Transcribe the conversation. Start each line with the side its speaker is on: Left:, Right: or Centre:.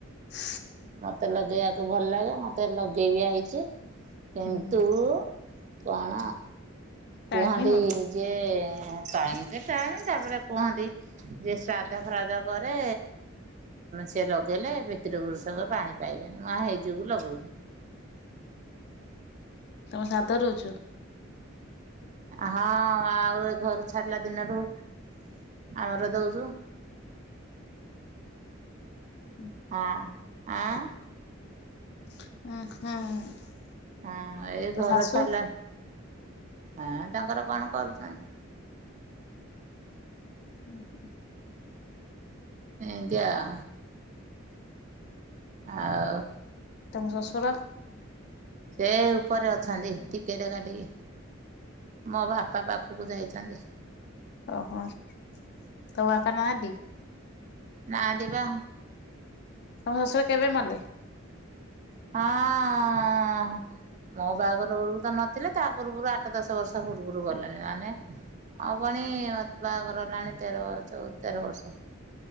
Left: ହ
Right: ମତେ ଲଗେଇବାକୁ ଭଲ ଲାଗେ ମତେ ଲଗେଇବି ଆଇଚି କିନ୍ତୁ
Left: ହୁଁ
Right: କଣ କୁହନ୍ତି?
Left: ଟାଇମ ହଉନି
Right: ଯିଏ ଟାଇମ ତ ଟାଇମ ତାପରେ କୁହନ୍ତି ଯିଏ ଶ୍ରାଦ୍ଧ ଫ୍ରାଦ୍ଧ କରେ ସେ ଲଗେଇଲେ ପିତୃପୁରୁଷ ଲୋ ପାଣି ପାଇବେନି ମୁଁ ହେଇ ଯୋଗୁ ଲଗଉନି।
Left: ତମେ ସାଧରୁ ଚୁ।
Right: ହଁ ଆଉ ଏ ଘରୁ ଛାଡିଲା ଦିନରୁୁ ଆମର ଦଉଚୁ।
Left: <inaudible>
Right: ହଁ ଆଁ
Left: <unintelligible>
Right: ହଁ ଏଇ
Left: ତୋ
Right: ଘର
Left: ଶାଶୁ
Right: ଛାଡିଲା ହଁ ତାଙ୍କର କଣ କରୁଛନ୍ତି।
Left: ଉଁ ହୁଁ
Right: ଏମିତିଆଁ। ଆଉ
Left: ତମ ଶସୁର?
Right: ସେ ଉପରେ ଅଛନ୍ତି ଟିକେଟେ କାଟିକି। ମୋ ବାପା ପାଖକୁ ଯାଇଛନ୍ତି।
Left: ଓହୋ ତୋ ବାପା ନାହାଁନ୍ତି?
Right: ନାହାଁନ୍ତି ବା।
Left: ତମ ଶଶୁର କେବେ ମଲେ?
Right: ହଁ ମୋ ବାହାଘର ବେଳକୁ ତ ନଥିଲେ ତା ପୂର୍ବରୁ ଆଠ ଦଶ ବର୍ଷ ପୂର୍ବରୁ ଗଲେଣି ମାନେ ହବଣି ବାହାଘର ହେଲାଣି ତେର ବର୍ଷ ଚ ତେର ବର୍ଷ।